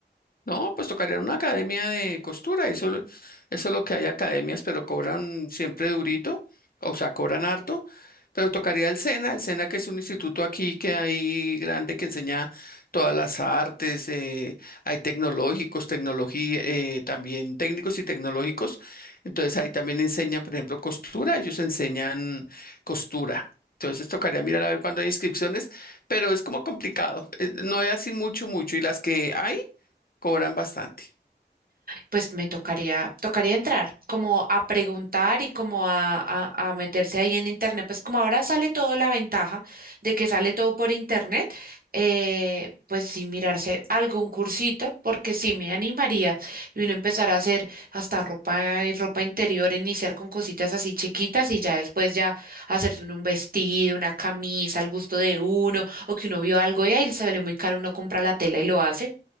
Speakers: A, on the left; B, on the right.
A: No, pues tocaría una academia de costura, eso, lo- eso es lo que hay academias, pero cobran siempre durito, o sea, cobran harto, pero tocaría el SENA, el SENA que es un instituto aquí que hay grande que enseña todas las artes, eh, hay tecnológicos, tecnología, eh, también técnicos y tecnológicos, entonces ahí también enseña, por ejemplo, costura, ellos enseñan costura. Entonces tocaría mirar a ver cuándo hay inscripciones, pero es como complicado, eh, no hay así mucho, mucho, y las que hay Cobran bastante.
B: pues me tocaría, tocaría entrar, como a preguntar y como a, a- a meterse ahí en internet. Pues como ahora sale todo la ventaja de que sale todo por internet, eh, pues sí mirarse algún cursito, porque sí me animaría y uno empezar a hacer hasta ropa y ropa interior, iniciar con cositas así chiquitas y ya después ya hacerse uno un vestido, una camisa al gusto de uno, o que uno vio algo y ahí le sale muy caro, uno compra la tela y lo hace.